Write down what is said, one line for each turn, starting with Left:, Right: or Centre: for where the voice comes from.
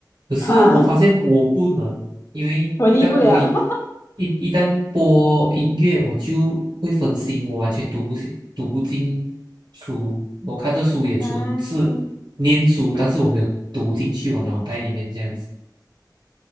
Right: 可是我发现我不能，
Left: 哈，
Right: 因为一旦播音，
Left: <laughs> 文艺不了。<laughs>
Right: 一一旦播音乐，我就会分心，我完全读不进读不进书。我看的书也纯是念书，
Left: 啊，
Right: 但是我没有读进去我脑袋里面这样子。